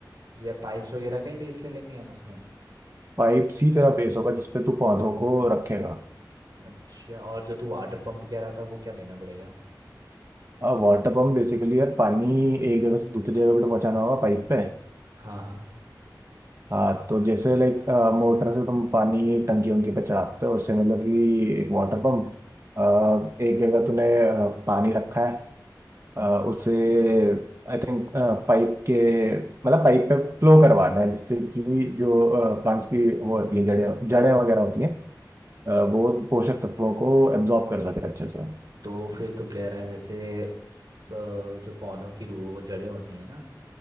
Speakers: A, on the right; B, on the right.
A: जैसे पाइप्स वगैरह का ही बेस ले लेंगे हम उसमें
B: पाइप्स ही तेरा बेस होगा जिसपे तू पौधों को रखेगा
A: अच्छा और जो तू वाटर पंप कह रहा था वो क्या लेना पड़ेगा
B: वाटर पंप बेसिकली यार पानी एक जगह से दूसरी जगह पे तो पहुंचाना होगा पाइप पे
A: हाँ हाँ
B: हाँ तो जैसे लाइक मोटर से तुम पानी टंकी उनकी पे चढ़ाते हो उससे मतलब कि एक वाटर पंप एक जगह तूने अ, पानी रखा है अ, उसे आई थिंक पाइप के मतलब पाइप पे फ्लो करवाना है जिससे कि जो प्लांट्स की वो होती है जड़ें जड़ें वगैरह होती हैं अ, वो पोषक तत्वों को एब्जॉर्ब कर सके अच्छे से
A: तो फिर तो कह रहा है जैसे प- जो पौधों की रू वो जड़ें होती हैं ना